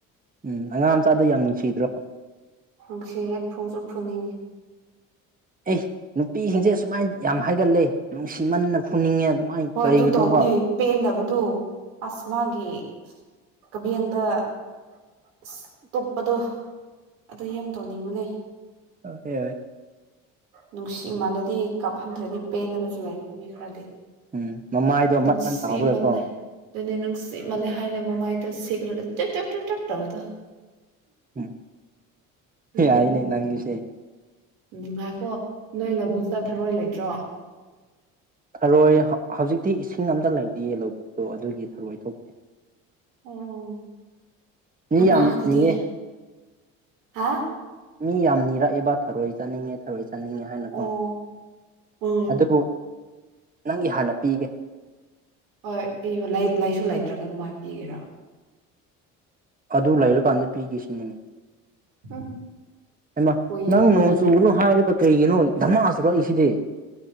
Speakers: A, on the right; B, on the right.
A: ꯎꯝ ꯑꯉꯥꯡ ꯃꯆꯥꯗꯣ ꯌꯥꯝ ꯅꯨꯡꯁꯤꯗ꯭ꯔꯣ
B: ꯅꯨꯡꯁꯤꯌꯦ ꯐꯨꯁꯨ ꯐꯨꯅꯤꯡꯉꯦ
A: ꯑꯦ ꯅꯨꯄꯤꯁꯤꯡꯁꯦ ꯁꯨꯃꯥꯏꯅ ꯌꯥꯝ ꯍꯥꯏꯒꯟꯂꯦ ꯅꯨꯡꯁꯤꯃꯟꯅ ꯐꯨꯅꯤꯡꯉꯦ ꯑꯗꯨꯃꯥꯏꯅ
B: ꯍꯣꯏ
A: ꯀꯩꯒꯤꯅꯣꯕ
B: ꯑꯗꯨ ꯇꯧꯕꯅꯦ ꯄꯦꯟꯗꯕꯗꯨ ꯑꯁ ꯃꯥꯒꯤ <unintelligible> ꯑꯁ ꯇꯨꯞꯄꯗꯣ ꯑꯗꯨ ꯌꯥꯝ ꯇꯧꯅꯤꯡꯕꯅꯦ
A: <unintelligible>
B: ꯅꯨꯡꯁꯤꯃꯜꯂꯗꯤ ꯀꯞꯐꯟꯗ꯭ꯔꯗꯤ ꯄꯦꯟꯗꯕꯁꯨ ꯂꯩꯕꯅꯦ ꯃꯤ ꯈꯔꯗꯤ
A: ꯎꯝ ꯃꯃꯥꯏꯗꯣ
B: ꯅꯨꯡꯁꯤꯃꯜꯂꯦ
A: ꯃꯠ ꯃꯟ ꯂꯥꯎꯔꯒꯀꯣ
B: ꯑꯗꯨꯅꯦ ꯅꯨꯡꯁꯤꯃꯜꯂꯦ ꯍꯥꯏꯅ ꯃꯃꯥꯏꯗ ꯁꯤꯛꯂꯒ ꯇ꯭ꯔꯦꯠ ꯇ꯭ꯔꯦꯠ ꯇ꯭ꯔꯦꯠ ꯇ꯭ꯔꯦꯠ ꯇꯧꯕꯗꯣ
A: ꯎꯝ
B: ꯎꯝ
A: ꯌꯥꯏꯅꯦ ꯅꯪꯁꯦ
B: ꯎꯝ ꯉꯥꯏꯈꯣ ꯅꯣꯏ ꯂꯧꯕꯨꯛꯇ ꯊꯔꯣꯏ ꯂꯩꯇ꯭ꯔꯣ
A: ꯊꯔꯣꯏ ꯍꯧꯖꯤꯛꯇꯤ ꯏꯁꯤꯡ ꯑꯝꯇ ꯂꯩꯇꯤꯌꯦ ꯂꯧꯕꯨꯛꯇꯣ ꯑꯗꯨꯒꯤ ꯊꯔꯣꯏ ꯊꯣꯛꯇꯦ
B: ꯑꯣ
A: ꯃꯤ
B: ꯏꯝꯐꯥꯜꯒꯤꯗꯤ
A: ꯌꯥꯝ ꯅꯤꯌꯦ
B: ꯍꯥ
A: ꯃꯤ ꯌꯥꯝ ꯅꯤꯔꯛꯑꯦꯕ ꯊꯔꯣꯏ ꯆꯥꯅꯤꯡꯉꯦ ꯊꯔꯣꯏ ꯆꯥꯅꯤꯡꯉꯦ ꯍꯥꯏꯅꯀꯣ
B: ꯑꯣ ꯎꯝ
A: ꯑꯗꯨꯕꯨ ꯅꯪꯒꯤ ꯍꯥꯟꯅ ꯄꯤꯒꯦ
B: ꯍꯣꯏ ꯄꯤꯌꯣ ꯂꯩ ꯂꯩꯥꯁꯨ ꯂꯩꯇ꯭ꯔꯒ ꯀꯃꯥꯏꯅ ꯄꯤꯒꯦꯔ
A: ꯑꯗꯨ ꯂꯩꯔꯀꯥꯟꯗ ꯄꯤꯒꯦ ꯁꯤꯅꯤꯅꯦ
B: ꯎꯝ
A: ꯍꯩꯃꯥ
B: ꯀꯨꯏ
A: ꯅꯪ ꯅꯣꯡ
B: ꯀꯨꯏ
A: ꯆꯨꯒꯅꯨ ꯍꯥꯏꯔꯒ ꯀꯩꯒꯤꯅꯣ ꯙꯃꯥ ꯆꯨꯔꯛꯏꯁꯤꯗꯤ